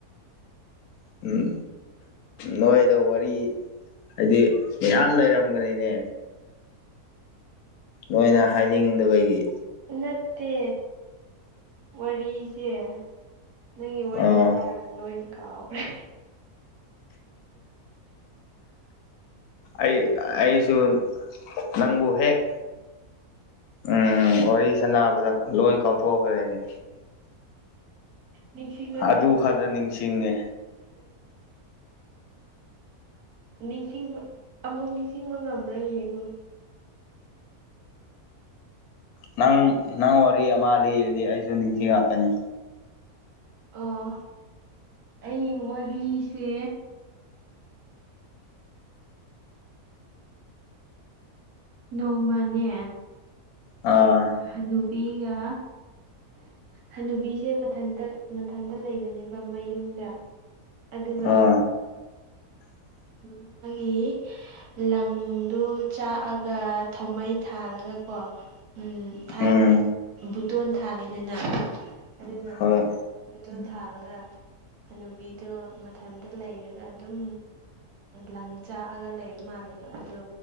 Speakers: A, on the left; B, on the right.
A: <unintelligible> ꯎꯝ ꯅꯣꯏꯗꯥ ꯋꯥꯔꯤ ꯍꯥꯏꯗꯤ ꯃꯌꯥꯝ ꯂꯩꯔꯝꯒꯅꯤꯅꯦ ꯅꯣꯏꯅ ꯍꯥꯏꯅꯤꯡꯗꯕꯒꯤ
B: ꯅꯠꯇꯦ ꯋꯥꯔꯤꯁꯦ ꯅꯪꯒꯤ ꯋꯥꯔꯤ
A: ꯑꯣ
B: ꯇꯥꯔꯒ ꯂꯣꯏꯅ ꯀꯥꯎꯈ꯭ꯔꯦ
A: ꯑꯩ ꯑꯩꯁꯨ ꯅꯪꯕꯨ ꯍꯦꯛ ꯎꯝ ꯋꯥꯔꯤ ꯁꯅꯕꯗ ꯂꯣꯏ ꯀꯥꯎꯊꯣꯛꯈ꯭ꯔꯦꯅꯦ
B: ꯅꯤꯡꯁꯤꯡꯉꯣ
A: ꯑꯗꯨ
B: ꯅꯤꯡꯁꯤꯡꯉꯣ
A: ꯈꯔꯇꯥ ꯅꯤꯡꯁꯤꯡꯉꯦ
B: ꯅꯤꯡꯁꯤꯡꯕ ꯑꯃꯨꯛ ꯅꯤꯡꯁꯤꯡꯕ ꯉꯝꯕ꯭ꯔꯥ ꯌꯦꯡꯉꯣ
A: ꯅꯪ ꯅꯪ ꯋꯥꯔꯤ ꯑꯃ ꯂꯤ ꯑꯗꯨꯗꯤ ꯑꯩꯁꯨ ꯅꯤꯡꯁꯤꯡꯉꯥꯛꯀꯅꯤ
B: ꯑꯣ ꯑꯩ ꯋꯥꯔꯤꯁꯦ ꯅꯣꯡꯃꯅꯦ
A: ꯑ
B: ꯑ ꯅꯨꯕꯤꯒ ꯍꯅꯨꯕꯤꯁꯦ ꯃꯊꯟꯗ ꯃꯊꯟꯗ ꯂꯩꯕꯅꯦꯕ ꯃꯌꯨꯝꯗ ꯑꯗꯨꯒ
A: ꯑꯥ <inaudible>
B: ꯎꯝ ꯃꯥꯒꯤ ꯂꯪꯗꯨ ꯆꯥꯛꯑꯒ ꯊꯧꯃꯩ ꯊꯥꯜꯂꯒ ꯀꯣ ꯎꯝ ꯊꯥꯏꯅꯗꯤ
A: ꯎꯝ
B: ꯕꯨꯇꯣꯟ ꯊꯥꯜꯂꯤꯗꯅ ꯑꯗꯨꯅ
A: ꯍꯣꯏ
B: ꯕꯨꯇꯣꯟ ꯊꯥꯜꯂꯒ ꯍꯅꯨꯕꯤꯗꯣ ꯃꯊꯟꯇ ꯂꯩꯔꯒ ꯑꯗꯨꯝ ꯂꯪ ꯆꯥꯛꯑꯒ ꯂꯩꯕ ꯃꯥꯜꯂꯦꯕ ꯑꯗꯣ